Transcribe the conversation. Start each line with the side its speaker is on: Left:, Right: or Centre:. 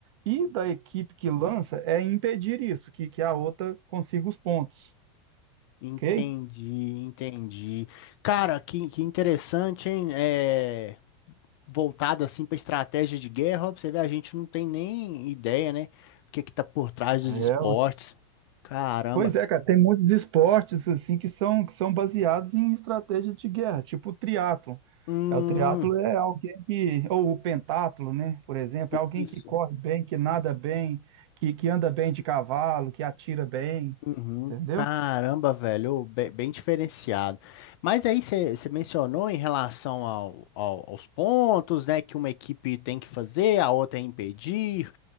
Right: E da equipe que lança é impedir isso, que, que a outra consiga os pontos.
Left: Entendi,
Right: Ok?
Left: entendi. Cara, que, que interessante, hein? É, voltado assim pra estratégia de guerra, ó, pra você ver, a gente não tem nem ideia, né? O que é que tá por trás
Right: É,
Left: dos esportes. Caramba.
Right: pois é, cara, tem muitos esportes assim que são, que são baseados em estratégias de guerra, tipo o triatlo.
Left: Hum,
Right: É, o triatlo é alguém que, ou o pentatlo, né? Por exemplo, é alguém
Left: isso.
Right: que corre bem, que nada bem, que, que anda bem de cavalo, que atira bem,
Left: Uhum.
Right: entendeu?
Left: Caramba, velho, ô, be- bem, diferenciado. Mas aí você mencionou em relação ao- ao- aos pontos, né, que uma equipe tem que fazer, a outra é impedir.